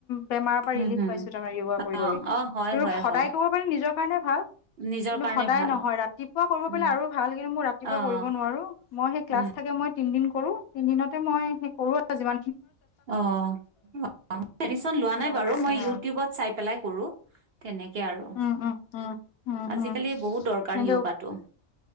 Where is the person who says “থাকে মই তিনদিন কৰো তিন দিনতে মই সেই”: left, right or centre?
Left